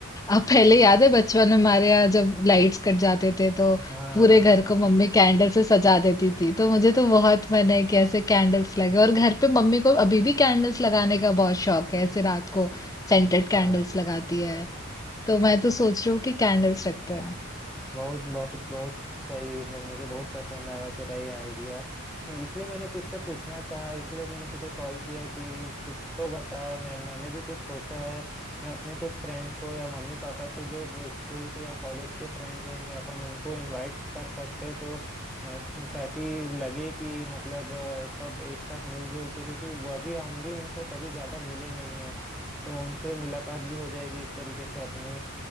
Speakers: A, on the left; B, in the centre.
A: आप पहले याद है बचपन में हमारे यहाँ जब लाइट्स कट जाते थे तो
B: हाँ
A: पूरे
B: हाँ
A: घर
B: हाँ
A: को मम्मी कैंडल से सजा देती थी तो मुझे तो बहुत मन है कि ऐसे कैंडल्स लगे और घर पे मम्मी को अभी भी कैंडल्स लगाने का बहुत शौक है ऐसे रात को
B: अच्छा
A: सेंटेड कैंडल्स लगाती है तो मैं तो सोच रही हूँ कि कैंडल्स रखते हैं
B: बहुत बहुत बहुत सही वो मुझे बहुत पसंद आया तेरा ये आइडिया तो इसलिए मैंने तुझसे पूछना चाहा इसलिए मैंने तुझे कॉल किया कि कुछ तो बता मैं मैंने भी कुछ सोचा है मैं अपने कुछ फ्रेंड्स को या मम्मी पापा के जो स्कूल के या कॉलेज के फ्रेंड्स होंगे अपन उनको इनवाइट कर सकते हैं तो अ, ताकि लगे कि मतलब अ, सब एक साथ मिलजुल के क्योंकि वह भी हम भी उनसे कभी ज़्यादा मिले नहीं है तो उनसे मुलाकात भी हो जाएगी एक तरीके से अपनी